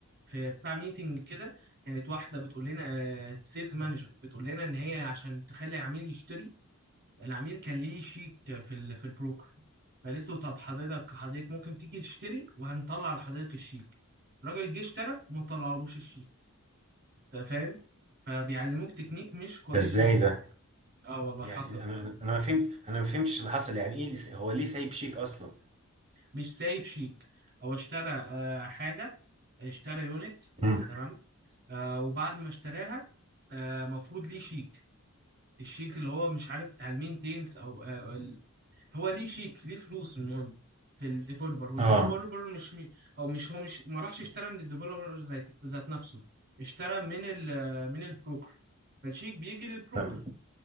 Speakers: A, on the right; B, on the right.
A: في بتاع ميتنج كده كانت واحدة بتقول لنا سيلز مانجر بتقول لنا ان هي عشان تخلي العميل يشتري العميل كان ليه شيك في ال في البروكر قالت له طب حضرتك حضرتك ممكن تيجي تشتري وهنطلع لحضرتك الشيك الراجل جه اشترى وما طلعلوش الشيك انت فاهم فبيعلموك تكنيك مش كويسة
B: ده ازاي
A: هناك
B: ده
A: اه والله
B: يعني
A: حصل
B: انا انا ما فهمت انا ما فهمتش اللي حصل يعني ايه اللي- هو ليه سايب شيك اصلا
A: مش سايب شيك هو اشترى آه حاجة اشترى يونت
B: امم
A: تمام آه وبعد ما اشتراها آه مفروض ليه شيك الشيك اللي هو مش عارف بتاع المينتينس او آه، هو ليه شيك ليه فلوس المهم في الديفلوبر والديفلوبر
B: اه
A: مش مي... او مش هو مش ما راحش اشترى من الديفلوبر ذات ذات نفسه اشترى من ال من البروكر فالشيك بيجي للبروكر
B: طب